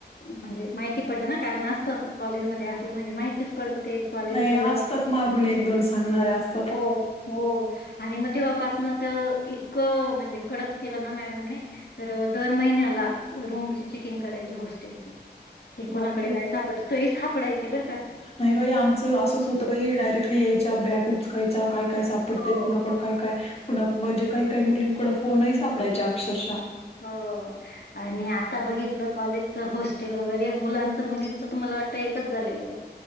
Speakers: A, on the left; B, on the left.
A: म्हणजे माहिती पडलं ना कारण असतंच कॉलेजमध्ये असलं म्हणजे माहितीच पडतं ते. कॉलेज
B: नाही
A: जवळ
B: असतात मागून एक दोन सांगणाऱ्या असत.
A: हो हो आणि मग तेव्हापासनं तर इतकं म्हणजे कडक केलं ना मॅडमने. तर दर महिन्याला रूमची चेकिंग करायची हॉस्टेलचे. ते कोणाकडे
B: बापरे!
A: काय सापडत तरी सापडयचे बर
B: नाही बाई आमचं असंच होतं बाई डायरेक्टली यायच्या बॅग उच कायच काय काय सापडते
A: हो,
B: कुणाकड काय काय? कुणा म्हणजे काही काही मुलींकड फोन आहे सापडायच्या अक्षरशा
A: हो आणि आता बघितलं कॉलेजच हॉस्टेल वगैरे मुलांच मुलींच तर मला वाटतं एकच झालेलं आहे.